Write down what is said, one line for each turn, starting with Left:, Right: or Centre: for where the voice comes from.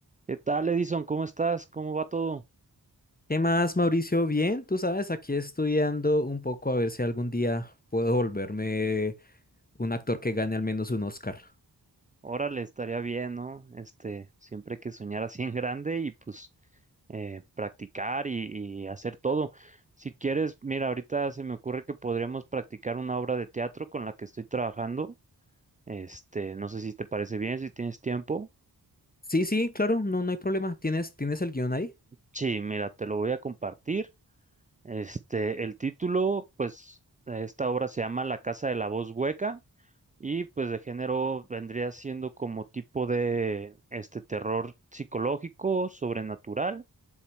Right: ¿Qué tal, Edison? ¿Cómo estás? ¿Cómo va todo?
Left: ¿Qué más, Mauricio? Bien, tú sabes, aquí estudiando un poco a ver si algún día puedo volverme un actor que gane al menos un Oscar.
Right: Órale, estaría bien, ¿no? Este, siempre hay que soñar así en grande y pues eh, practicar y, y hacer todo. Si quieres, mira, ahorita se me ocurre que podríamos practicar una obra de teatro con la que estoy trabajando. Este, no sé si te parece bien, si tienes tiempo.
Left: Sí, sí, claro, no, no hay problema. ¿Tienes, tienes el guión ahí?
Right: Sí, mira, te lo voy a compartir. Este, el título, pues, de esta obra se llama La Casa de la Voz Hueca. Y pues de género vendría siendo como tipo de este terror psicológico, sobrenatural,